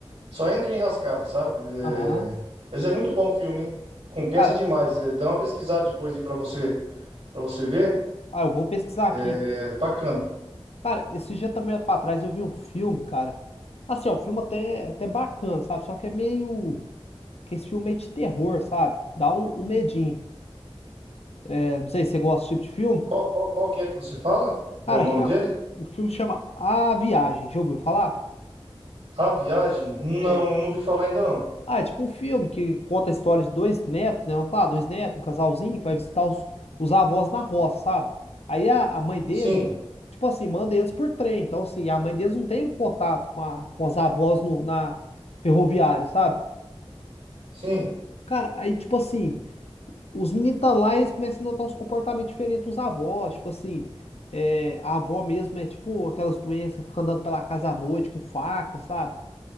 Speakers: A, on the right; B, on the left.
A: só entra em enrascada, sabe? É,
B: Aham.
A: mas é muito bom o filme, hein? Compensa
B: Cara,
A: demais. É, dá uma pesquisada depois aí para você para você ver,
B: ah, eu vou pesquisar aqui.
A: é bacana.
B: Cara, esse dia também pra trás eu vi um filme, cara. Assim, é um filme até, até bacana, sabe? Só que é meio. Que esse filme é meio de terror, sabe? Dá um, um medinho. É, não sei se você gosta desse tipo de filme.
A: Qual, qual qual que é que você fala? Qual
B: Cara,
A: o nome
B: chama-
A: dele?
B: o filme chama A Viagem. Já ouviu falar?
A: A Viagem? Não,
B: É.
A: eu não ouvi falar ainda não.
B: Ah, é tipo um filme que conta a história de dois netos, né? Vamos falar, dois netos, um casalzinho, que vai visitar os, os avós na roça, sabe? Aí a, a mãe dele,
A: Sim,
B: tipo assim, manda eles por trem. Então, assim, a mãe deles não tem o contato com, a, com as avós no, na ferroviária, sabe?
A: sim.
B: Cara, aí, tipo assim, os meninos tá lá e eles começam a notar uns comportamentos diferentes dos avós. Tipo assim, é, a avó mesmo é tipo aquelas doenças que fica andando pela casa à noite com faca, sabe?